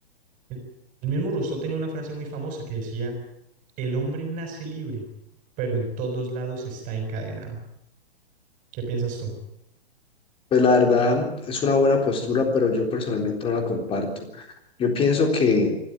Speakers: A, on the right; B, on the left.
A: El el mismo Rousseau tenía una frase muy famosa que decía, el hombre nace libre, pero en todos lados está encadenado. ¿Qué piensas tú?
B: Pues la verdad es una buena postura, pero yo personalmente no la comparto. Yo pienso que,